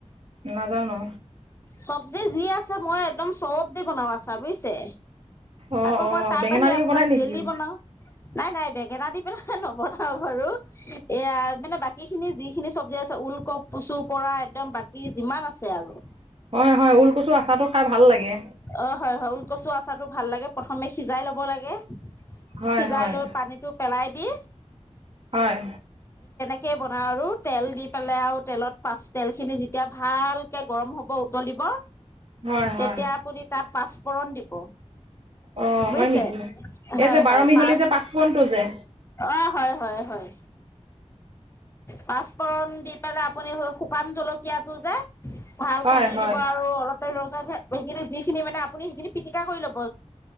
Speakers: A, on the right (about 55°); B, on the left (about 25°).
A: নাজানো।
B: চবজি যি আছে মই একদম চব বনাওঁ আচাৰ বুজিছে
A: অঁ
B: আকৌ
A: অঁ
B: মই তাৰ
A: বেঙেনা
B: বাহিৰে
A: দিও
B: আপোনাৰ
A: বনাই নেকি?
B: জেলি বনাওঁ। নাই, নাই বেঙেনা দি পেলাই নবনাও বাৰু এয়া মানে বাকী খিনি যি স খিনি চব্জি আছে ওলকপ কচু পৰা একদম বাকী যিমান আছে আৰু
A: হয়, হয় ওলকচু আচাৰটো খাই ভাল লাগে।
B: হয়, হয়, হয় লকচু আচাৰটো ভাল লাগে প্ৰথমে সিজাই ল'ব লাগে,
A: হয়
B: সিজাই
A: হয়
B: লৈ পানীটো পেলাই দি
A: হয়।
B: তে বনা আৰু তেল দি পেলাই আৰু তেলত পাচ তেল খিনি যেতিয়া ভালকে গৰম হ'ব উতলিব
A: হয়,
B: তেতিয়া
A: হয়।
B: আপুনি তাত পাঁচফোৰণ দিব
A: অঁ
B: বুজছে
A: হয় নেকি?
B: হয়,
A: এই যে বাৰ
B: হয়,
A: মিহলি
B: পচ
A: যে পাঁচফোৰণটো যে
B: অ' হয়, হয়, হয়। পাঁচফোৰণ দি পেলাই আপুনি শুকান জলকীয়া টো যে ভালকে
A: হয়
B: দি
A: হয়
B: দিব আৰু অলপতে ৰ সখিনি যিখিনি মানে আপুনি সেইখিনি পিটিকা কৰি ল'ব